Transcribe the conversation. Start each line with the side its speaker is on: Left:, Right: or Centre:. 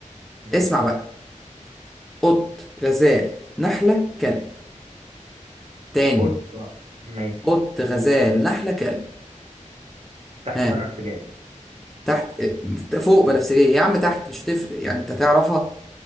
Right: ماشي
Centre: اسمع بقى قط غزال نحله كلب تاني
Right: قطة ماشي
Centre: قط غزال
Right: قول اه
Centre: نحله كلب
Right: تحت
Centre: ها
Right: بنفسجية
Centre: تحت اه، فوق بنفسجية يا عم تحت مش هتفرق يعني انت هتعرفها